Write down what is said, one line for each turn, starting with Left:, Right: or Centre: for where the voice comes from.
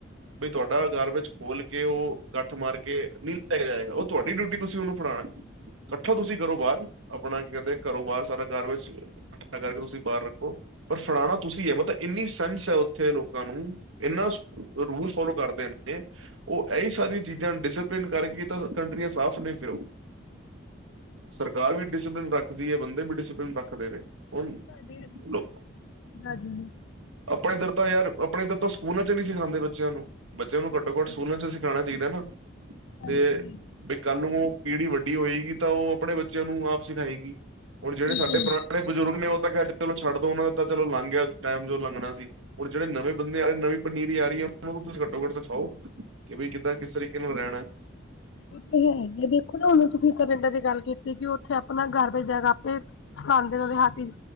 Right: ਬਈ ਤੁਆਡਾ ਗਾਰਬੇਜ ਵਿੱਚ ਖੋਲ ਕੇ ਓ ਗੱਠ ਮਾਰ ਕੇ ਨਈਂ ਲੈ ਕੇ ਜਾਏਗਾ ਓ ਤੁਆਡੀ ਡਿਊਟੀ ਤੁਸੀਂ ਓਨੂੰ ਫੜਾਨਾ। ਇਕੱਠਾ ਤੁਸੀਂ ਕਰੋ ਬਾਰ ਆਪਨਾ ਕੀ ਕੈਂਦੇ ਘਰੋ ਬਾਰ ਸਾਰਾ ਗਾਰਬੇਜ ਇਕੱਠਾ ਕਰਕੇ ਤੁਸੀਂ ਬਾਰ ਰੱਖੋ। ਪਰ ਫੜਾਨਾ ਤੁਸੀਂ ਐ ਮਤਲਬ ਇੰਨੀ ਸੈਂਸ ਐ ਓਥੇ ਦੇ ਲੋਕਾਂ ਨੂੰ ਏਨਾ ਰੂਲ ਫੋਲੋ ਕਰਦੇ ਨੇ। ਓ ਏਈ ਸਾਰੀਆਂ ਚੀਜ਼ਾਂ ਡਿਸਪਲੇਨ ਕਰਕੇ ਤਾਂ ਕੰਟਰੀਆਂ ਸਾਫ਼ ਨੇ ਫਿਰ ਓ। ਸਰਕਾਰ ਵੀ ਡਿਸਪਲੇਨ ਰੱਖਦੀ ਐ ਬੰਦੇ ਵੀ ਡਿਸਪਲੇਨ ਰੱਖਦੇ ਨੇ। ਹੁਨ
Left: ਸਾਡੇ
Right: ਲੋਕ
Left: ਰਾਜੀ ਨੇ
Right: ਆਪਨੇ ਇੱਦਰ ਤਾਂ ਯਾਰ ਆਪਨੇ ਇੱਦਰ ਤਾਂ ਸਕੂਲਾਂ ਚ ਨੀ ਸਿਖਾਂਦੇ ਬੱਚੇਆਂ ਨੂੰ ਬੱਚੇਆਂ ਨੂੰ
Left: ਬਿਲਕੁਲ,
Right: ਘੱਟੋ ਘੱਟ ਸਕੂਲਾਂ ਚ ਸਿਖਾਨਾ ਚਾਈਦਾ ਨਾ,
Left: ਹਾਂਜੀ
Right: ਤੇ ਬਈ ਕਾਂਲੂੰ ਪੀੜੀ ਵੱਡੀ ਹੋਏਗੀ ਤਾਂ ਓ ਆਪਨੇ ਬੱਚਿਆਂ ਆਪ ਸਿਖਾਏਗੀ, ਹੁਨ ਜੇੜੇ
Left: ਬਿਲਕੁਲ
Right: ਸਾਡੇ ਪੁਰਾ ਬਜ਼ੁਰਗ ਨੇ ਓ ਤਾਂ ਕੈਂਦੇ ਚਲੋ ਛੱਡ ਦੋ ਓਨਾਂ ਦਾ ਤਾਂ ਚਲੋ ਲੰਘ ਗੇਆ ਟੈਮ ਜੋ ਲੰਘਨਾ ਸੀ। ਹੁਣ ਜੇੜੇ ਨਵੇਂ ਬੰਦੇ ਆ ਰਏ ਨੇ ਨਵੀਂ ਪਨੀਰੀ ਆ ਰਈ ਐ ਓਨਾਂ ਨੂੰ ਤੁਸੀ ਘੱਟੋ ਘੱਟ ਸਖਾਓ। ਕੇ ਬਈ ਕਿੱਦਾਂ ਕਿਸ ਤਰੀਕੇ ਨਾਲ ਰੈਨਾ।
Left: <inaudible> ਤੇ ਹੈਗੀ ਐ ਦੇਖੋ ਨਾ ਹੁਨ ਤੁਸੀਂ ਕਨੇਡਾ ਦੀ ਗੱਲ ਕੀਤੀ ਕੇ ਓਥੇ ਆਪਨਾ ਗਾਰਬੇਜ ਹੈਗਾ ਆਪੇ ਖਾਂਦੇ ਨੇ ਓਦੋਂ ਹੱਥ ਵਿਚ